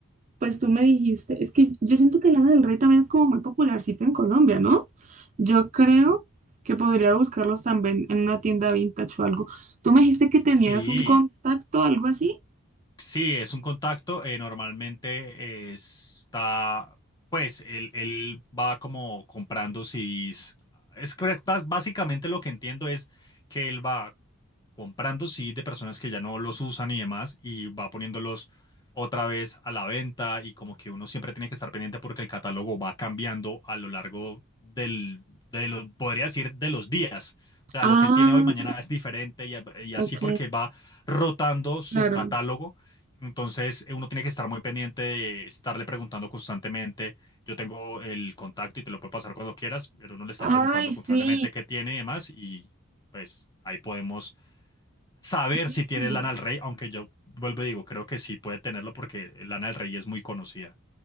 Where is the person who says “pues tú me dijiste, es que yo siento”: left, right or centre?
Right